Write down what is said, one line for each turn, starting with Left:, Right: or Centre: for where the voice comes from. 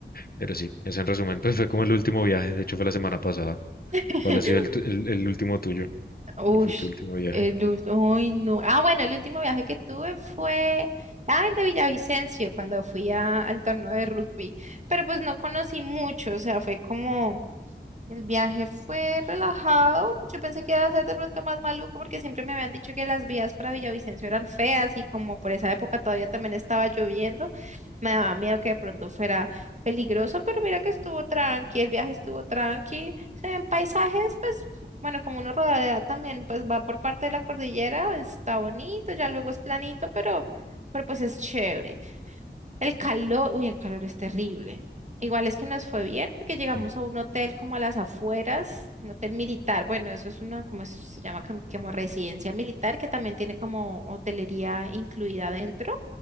Left: Pero sí, ese en resumen, pues fue como el último viaje, de hecho fue la semana pasada.
Right: <laughs>
Left: ¿Cuál ha sido el, tu- el, el último tuyo?
Right: ush,
Left: ¿Cuál fue tu último viaje?
Right: el último, ay, no. Ah, bueno, el último viaje que tuve fue, ah, el de Villavicencio, cuando fui a- al torneo de rugby. Pero pues no conocí mucho, o sea, fue como El viaje fue relajado. Yo pensé que iba a ser de pronto más maluco porque siempre me habían dicho que las vías para Villavicencio eran feas y como por esa época todavía también estaba lloviendo, me daba miedo que de pronto fuera peligroso, pero mira que estuvo tranqui, el viaje estuvo tranqui. Se ven paisajes, pues bueno, como uno rodea también, pues va por parte de la cordillera, está bonito, ya luego es planito, pero, pero pues es chévere. El calor, uy, el calor es terrible. Igual es que nos fue bien porque llegamos
Left: Ujú.
Right: a un hotel como a las afueras, un hotel militar. Bueno, eso es una, como se llama, como, como residencia militar que también tiene como hotelería incluida dentro.